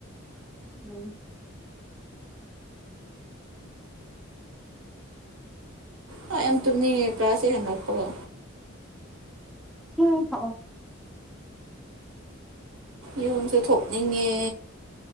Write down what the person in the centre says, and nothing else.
ꯑꯝ
ꯁꯤꯡ ꯊꯛꯑꯣ